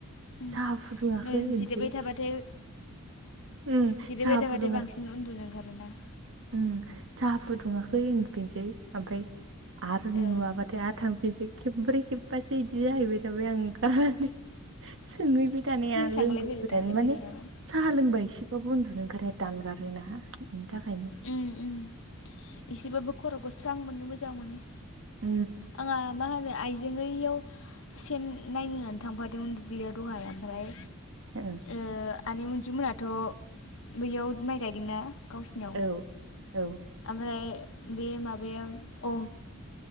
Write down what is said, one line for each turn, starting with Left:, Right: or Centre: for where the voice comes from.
Left: उम
Right: साहा फुदुङाखै
Left: नों
Right: होनसै
Left: जिरायबाय थाबाथाय
Right: उम
Left: जिरायबाय
Right: साहा
Left: थाबाथाय
Right: फुदुङाखै
Left: बांसिन उन्दुनो ओंखारोना।
Right: उम साहा फुदुङाखै होनफिनसै ओमफ्राय आरो नुवाबाथाय
Left: ओ
Right: आरो थां? सै खेब्रै खेबबासो बिदि जाहैबाय थाबाय आं ओंखारनानै। सोंहैबाय थानाया लोंबो
Left: थांलाय फैलाय
Right: लुबैनानै
Left: थांलाय
Right: माने
Left: फैलाय नामा
Right: साहा लोंबा एसे। उन्दुनो ओंखारनाया दानगारोना बेनि थाखायनो।
Left: उम उम एसेबाबो खर'खौ स्रां मोनो मोजां मोनो।
Right: उम।
Left: आंहा मा होनो आइजों यैयाव सेन नायनो होननानै थांफादोंमोन दुब्लियाव दहाय ओमफ्राय
Right: <inaudible>
Left: ओ आनै मनजु मोनाथ' बैयाव माइ गायदोंना गावसिनियाव
Right: औ औ
Left: ओमफ्राय बे माबाया औ।